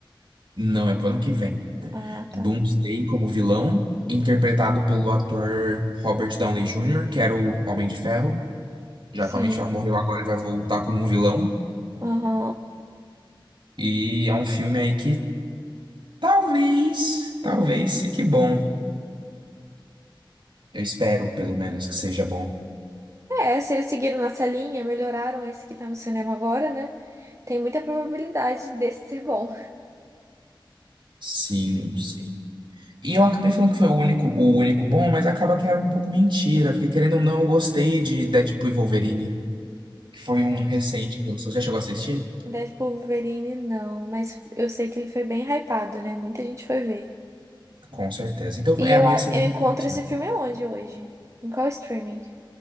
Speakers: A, on the right; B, on the right.
A: não é pro ano que vem.
B: Ah,
A: Doomsday
B: tá.
A: como vilão, interpretado pelo ator Robert Downey Jr., que era o Homem de Ferro. Já
B: Sim.
A: que a Mitchell morreu agora, ele vai voltar como um vilão.
B: Aham.
A: E é um filme aí que talvez, talvez fique bom. Eu espero, pelo menos, que seja bom.
B: É, se eles seguiram nessa linha, melhoraram esse que tá no cinema agora, né? Tem muita probabilidade desse ser bom.
A: Sim, sim. E eu acabei falando que foi o único, o único bom, mas acaba que era um pouco mentira, porque querendo ou não, eu gostei de Deadpool e Wolverine, que foi
B: Ah,
A: um recente que lançou. Já chegou a assistir?
B: Deadpool Wolverine, não. Mas eu sei que ele foi bem hypado, né? Muita gente foi ver.
A: Com certeza. Então
B: E
A: é
B: eu,
A: a minha
B: a-
A: segunda.
B: eu encontro
A: recomendação.
B: esse filme onde hoje? Em qual streaming?